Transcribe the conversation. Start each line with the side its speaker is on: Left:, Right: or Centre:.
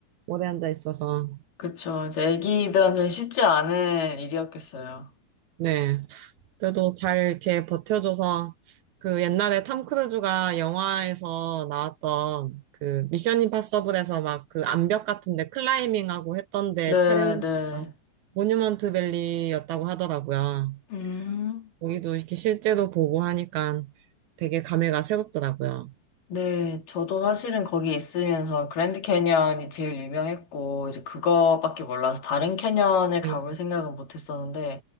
Right: 오래 앉아 있어서.
Left: 그쵸. 이제 애기들한테 쉽지 않은 일이었겠어요.
Right: 네. 그래도 잘 이렇게 버텨줘서 그 옛날에 탐 크루즈가 영화에서 나왔던 그 미션 임파서블에서 막 그 암벽 같은데 클라이밍하고 했던데
Left: 네,
Right: 촬영지가
Left: 네.
Right: 모뉴먼트 밸리였다고 하더라고요.
Left: 음,
Right: 거기도 이렇게 실제로 보고 하니까 되게 감회가 새롭더라고요.
Left: 네. 저도 사실은 거기 있으면서 그랜드 캐니언이 제일 유명했고, 이제 그거밖에 몰라서 다른 캐니언을 가볼
Right: 네,
Left: 생각은 못 했었는데,